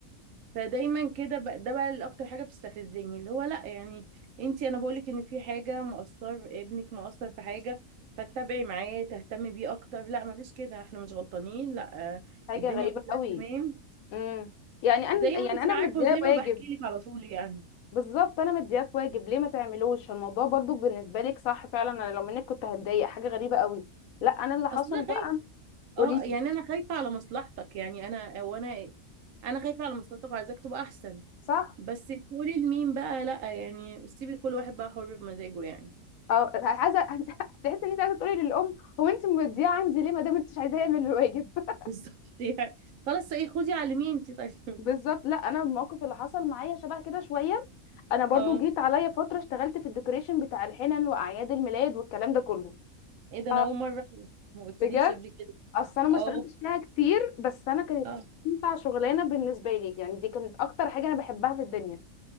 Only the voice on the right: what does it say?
فدايما كده بقى ده بقى اللي اكتر حاجه بتستفزني اللي هو لا يعني انت انا بقولك ان في حاجه مقصر ابنك مقصر في حاجه فتتابعي معاه تهتمي بيه اكتر لا مفيش كده احنا مش غلطانين لا آه،
الدنيا
كلها
تمام
زي ما
انت
عارفه
وزي
ما بحكي لك على طول يعني
اصل انا
خايفه
اه يعني انا خايفه على مصلحتك يعني انا وانا ايه انا خايفه على مصلحتك وعايزاك تبقى احسن
بس تقولي لمين بقى لا يعني سيبي كل واحد بقى حر بمزاجه يعني
<laughs> بالظبط يعني خلاص ايه خدي علميه انت طيب
اه
ايه ده انا
اول مره أعرف. ما قلتليش
قبل كده
اه
اه